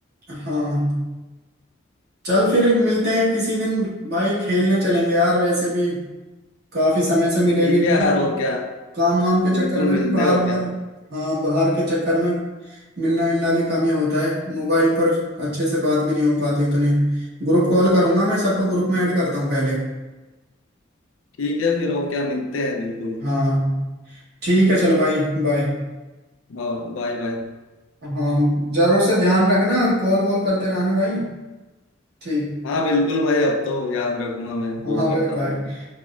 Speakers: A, on the right (about 55°); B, on the left (about 80°).
A: हाँ चल फिर मिलते हैं किसी दिन भाई खेलने चलेंगे यार वैसे भी काफी समय से मिले
B: ठीक
A: भी नहीं
B: है
A: है
B: यार और क्या
A: काम वाम के चक्कर
B: बिल्कुल
A: में
B: मिलते
A: ना बाहर
B: हैं और
A: बाहर
B: क्या
A: हाँ बाहर के चक्कर में मिलना मिलना भी कम ही होता है मोबाइल पर अच्छे से बात भी नहीं हो पाती उतने ग्रुप कॉल करूंगा मैं सबको ग्रुप में ऐड करता हूँ पहले
B: ठीक है फिर और क्या मिलते हैं बिल्कुल
A: हाँ ठीक है चल भाई बाय
B: हाँ बाय बाय
A: हाँ जरूर से ध्यान रखना कॉल वॉल करते रहना भाई ठीक
B: हाँ बिल्कुल भाई अब तो याद रखूंगा मैं
A: हाँ
B: कॉल
A: भाई
B: करता
A: बाय
B: रहूंगा